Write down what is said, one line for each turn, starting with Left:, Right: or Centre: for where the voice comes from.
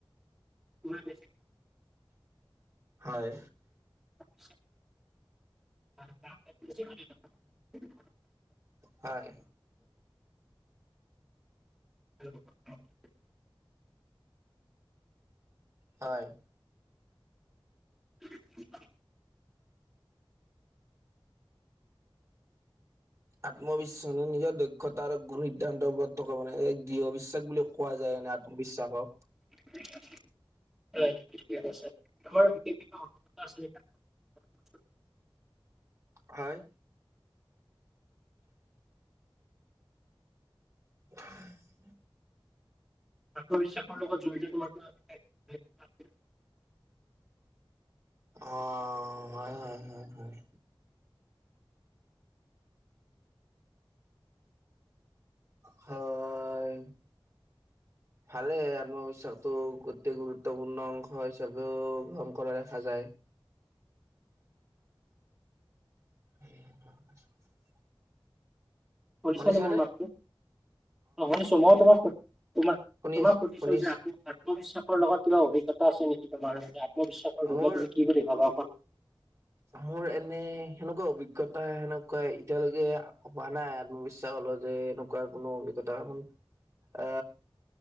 Centre: <unintelligible>
Right: হয়।
Centre: <inaudible> <unintelligible>
Right: হয়।
Centre: <unintelligible>
Right: হয়।
Centre: <inaudible>
Right: আত্মবিশ্বাস মানে নিজৰ দক্ষতা আৰু গুৰু সিদ্ধান্তৰ ওপৰত থকা মানে দৃঢ় বিশ্বাস বুলি কোৱা যায়। মানে আত্মবিশ্বাসক।
Centre: <unintelligible> <inaudible>
Right: হয়। <unintelligible>
Centre: আত্মবিশ্বাসৰ লগত জড়িত তোমাৰ
Right: অ হয় হয় হয়। হয়।
Centre: <inaudible>
Right: ভালেই আত্মবিশ্বাসটো অতি গুৰুত্বপূৰ্ণ অংশ হিচাপেও গ্ৰহণ কৰা দেখা যায়।
Centre: <inaudible>
Right: <unintelligible>
Centre: শুনিছা
Right: শুনিছানে
Centre: নে মোৰ মাতটো? অ শুনিছো মই তোমাক তোমাক তোমাক
Right: আছো
Centre: সুধিছো
Right: শুনি
Centre: যে
Right: আছো
Centre: আত্মবিশ্বাসৰ লগত কিবা অভিজ্ঞতা আছে নেকি, তোমাৰ আত্মবিশ্বাসৰ বিষয়
Right: মোৰ
Centre: তুমি কি বুলি ভাবা অকণ
Right: মোৰ এনে সেনেকুৱা অভিজ্ঞতা সেনেকুৱা এতিয়ালৈকে হোৱা নাই আত্মবিশ্বাসৰ যে এনেকোৱা কোনো অভিজ্ঞতা আ